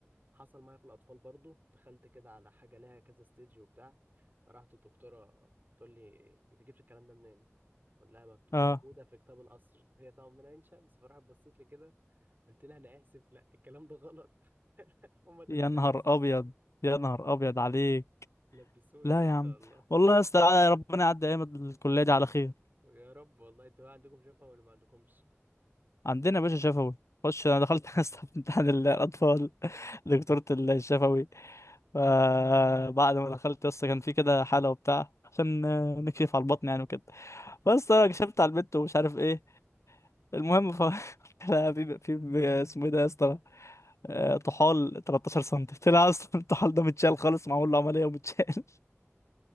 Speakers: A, on the right; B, on the left.
A: حصل معايا في الأطفال برضو دخلت كده على حاجة لها كذا ستيج وبتاع رحت الدكتورة بتقول لي أنت جبت الكلام ده منين؟ قول لها مكتوب
B: اه
A: موجودة في كتاب القصر هي طبعا من عين شمس فراحت بصيت لي كده قلت لها أنا آسف لا الكلام ده غلط <laughs> هما ثلاثة
B: يا نهار
A: بس
B: ابيض يا نهار ابيض عليك
A: لبسوني
B: لا
A: يا اسطى
B: يا عم
A: والله
B: والله يا اسطى ربنا يعدي ايام الكليه دي على خير
A: يا رب والله انتوا بقى عندكم شفا ولا ما عندكمش؟
B: عندنا يا باشا شفوي خش انا دخلت <laughs> اسطى في امتحان الاطفال دكتورة الشفوي فبعد ما دخلت لسه كان في كده حالة وبتاع عشان آه، نكشف على البطن يعني وكده بس انا كشفت على البنت ومش عارف ايه المهم ف <laughs> لا في في اسمه ايه ده يا اسطى آه، طحال 13 سم طلع اصلا الطحال ده متشال خالص معمول له عمليه ومتشال